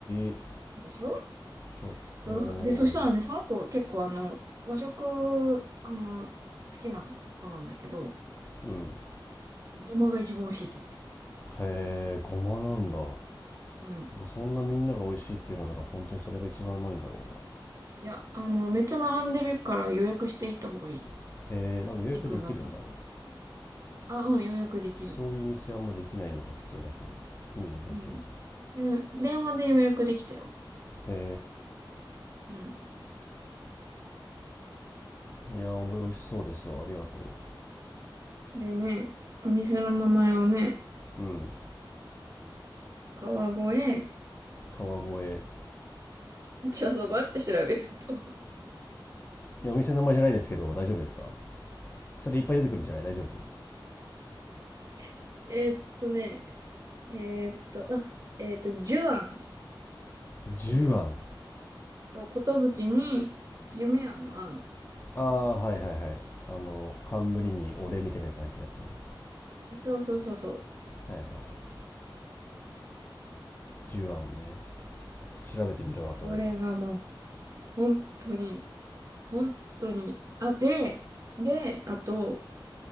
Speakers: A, on the left; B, on the right.
A: い
B: でしょ
A: ちょっと
B: そうで、そしたらね、その子結構あの、和食、あの、好きな子なんだけど、
A: うん
B: ごまが一番美味しいです。
A: へえ、ごまなんだ。
B: うん。
A: そんなみんなが美味しいっていうのなら本当にそれが一番うまいんだろ
B: いや、あの、めっちゃ並んでるから予約していった方がいい。
A: うな。へえ、でも予約できるんだね。
B: 行くんだったら。あ、うん、予約できる。
A: そういう店あんまできないのが普通だけど。いいね、できるの。
B: うん。で、電話で予約できたよ。
A: へ
B: うん。
A: え、いや、美味しそうですわ。ありがと
B: でね、お店の名前をね、
A: う。うん。
B: 川越
A: 川越。
B: 茶そばって調べると
A: いや、お店の名前じゃないですけど、大丈夫ですかそれいっぱい出てくるんじゃない大丈夫
B: <laughs> えーっとね、えーっと、あ、えーっと、寿庵っ
A: ジュアン。
B: ていう、そう、寿に夢庵の庵。
A: ああ、はいはいはい。あの、冠にお礼みたいなやつ入ってるやつね。
B: そうそうそうそう。
A: はいはいはい。ジュアンね。
B: そ
A: 調べてみるわ、
B: う。それがもう、
A: 後で。
B: 本当に、本当に。あ、で、で、あと、